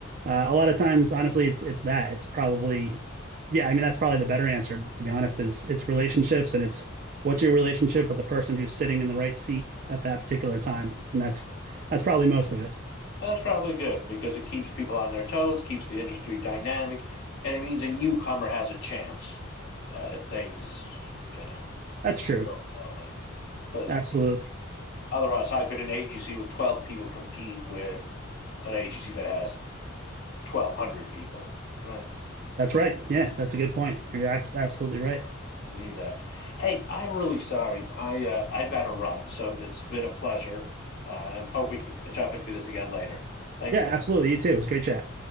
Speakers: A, on the right; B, on the left.
A: uh, a lot of times, honestly, it's it's that. It's probably yeah, I mean that's probably the better answer to be honest is it's relationships and it's what's your relationship with the person who's sitting in the right seat at that particular time and that's that's probably most of it.
B: Well, That's probably good because it keeps people on their toes, keeps the industry dynamic, and it means a newcomer has a chance uh, if things you know
A: That's true.
B: don't settle in. Because
A: Absolutely.
B: otherwise, how could an agency with twelve people compete with an agency that has 1,200 people. Right.
A: That's right. Yeah, that's a good point. You're abs absolutely right.
B: Need that. Hey, I'm really sorry. I uh, I've got to run, so it's been a pleasure, uh, and hope we can catch up and do this again later. Thank
A: Yeah,
B: you.
A: absolutely. You too. It was a great chat.